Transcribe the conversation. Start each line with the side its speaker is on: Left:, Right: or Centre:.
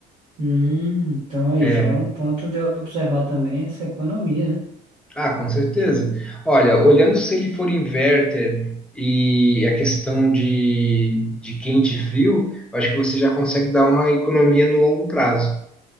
Right: Hum, então aí
Centre: É.
Right: já é um ponto de eu observar também essa economia, né?
Centre: Ah, com certeza. Olha, olhando se ele for inverter e a questão de, de quente e frio, eu acho que você já consegue dar uma economia no longo prazo.